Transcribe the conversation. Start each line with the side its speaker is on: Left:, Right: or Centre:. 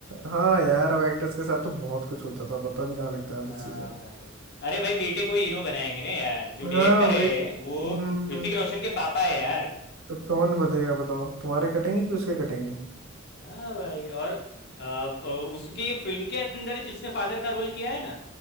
Right: हाँ यार अब एक्टर्स के साथ तो बहुत कुछ होता था पता भी कहाँ लगता है आधी
Left: हाँ
Right: चीजें
Left: भाई अरे भाई बेटे को हीरो बनाएंगे ना यार जो
Right: हाँ
Left: डायरेक्टर
Right: भाई
Left: है वो
Right: हम्म,
Left: ऋतिक रोशन के पापा है यार
Right: तो कौन बताएगा बताओ तुम्हारे कटेंगे कि उसके कटेंगे
Left: हाँ भाई और अ, अ, उसकी फिल्म के अंदर जिसने फादर का रोल किया है ना